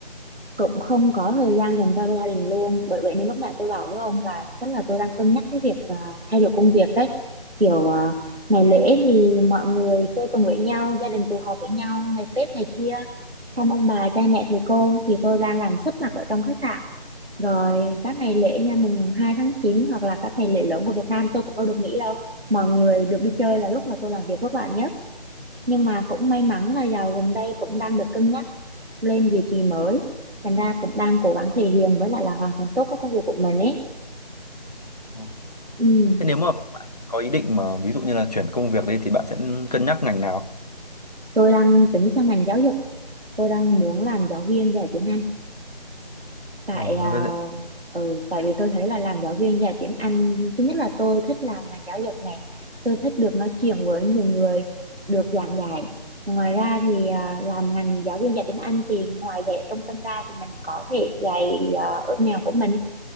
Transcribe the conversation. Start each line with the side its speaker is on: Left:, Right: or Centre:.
Right: cũng không có thời gian dành cho gia đình luôn bởi vậy nên lúc này tôi bảo với ông là chắc là tôi đang cân nhắc cái việc à, thay đổi công việc đấy kiểu à, ngày lễ thì mọi người quây quần với nhau gia đình tụ họp với nhau ngày Tết này kia thăm ông bà cha mẹ thầy cô thì tôi đang làm sấp mặt ở trong khách sạn rồi các ngày lễ nha mùng 2 tháng 9 hoặc là các ngày lễ lớn của Việt Nam tôi cũng đâu được nghỉ đâu mọi người được đi chơi là lúc mà tôi làm việc vất vả nhất nhưng mà cũng may mắn là giàu gần đây cũng đang được cân nhắc lên vị trí mới thành ra cũng đang cố gắng thể hiện với lại là hoàn thành tốt các công việc của mình ấy
Left: Ờ.
Right: ừ.
Left: Thế nếu mà bạn có ý định mà ví dụ như là chuyển công việc đi thì bạn sẽ cân nhắc ngành nào?
Right: tôi đang tính sang ngành giáo dục tôi đang muốn làm giáo viên dạy tiếng Anh tại
Left: Ờ, là
Right: à,
Left: bên dạy-
Right: ừ, tại vì tôi thấy là làm giáo viên dạy tiếng Anh thứ nhất là tôi thích làm ngành giáo dục này tôi thích được nói chuyện với nhiều người được giảng dạy ngoài ra thì à, làm ngành giáo viên dạy tiếng Anh thì ngoài dạy ở trung tâm ra thì mình có thể dạy à, ở nhà của mình